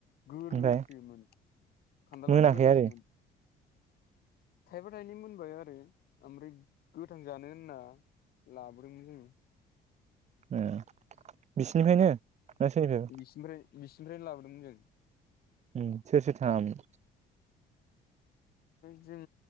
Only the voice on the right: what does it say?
ओमफ्राय
मोनाखै
आरो
ए बिसिनिफ्रायनो ना सोरनिफ्राय
उम सोर सोर थाङामोन